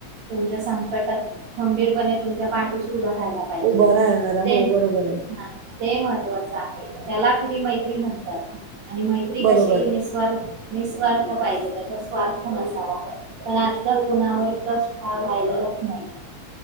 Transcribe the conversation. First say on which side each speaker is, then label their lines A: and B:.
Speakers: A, on the right; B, on the right.
A: तुमच्या संकटात खंबीरपणे तुमच्या पाठीशी उभा. राहायला पाहिजे
B: उभा राह्यणारा
A: ते
B: हो बरोबर आहे.
A: हा ते महत्त्वाचं आहे त्याला खरी मैत्री म्हणतात. आणि मैत्री
B: बरोबर
A: कशी निस्वार्थ निःस्वार्थ पाहिजे त्याच्यात स्वार्थ नसावा. पण आजकाल कुणावर ट्रस्ट फार राहिलेलाच नाहीये.